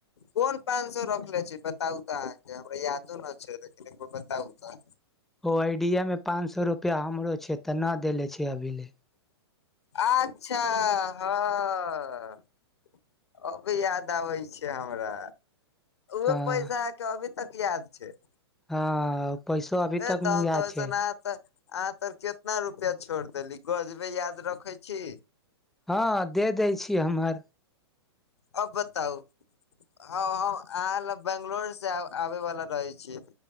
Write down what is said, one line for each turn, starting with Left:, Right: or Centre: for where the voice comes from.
Left: कोन पाँन सौ रखने खते छी बताउ तऽ आहाँ के हमरा यादो न छै लेकिन बताउ तऽ
Centre: ओ आइडिया मे पाँच सै रुपैया हमरो छै तऽ नैय देले छै अभी लेल
Left: आच्छा हाँ अभी याद आबै छै हमरा उहो
Centre: हँ
Left: पैसा के अभी तक याद छै
Centre: हँ पैसवा
Left: ए
Centre: अभी तक
Left: तऽ
Centre: मे
Left: हम
Centre: याद
Left: तो
Centre: छैय
Left: ऐसन अहाँ तऽ आहाँ केितना रुपया छोड़ देली गजबे याद रखेै छी
Centre: ह दे दै छी हमर
Left: अब बताउ आहाँ लग बंगलोर से आबै वाला रहै छि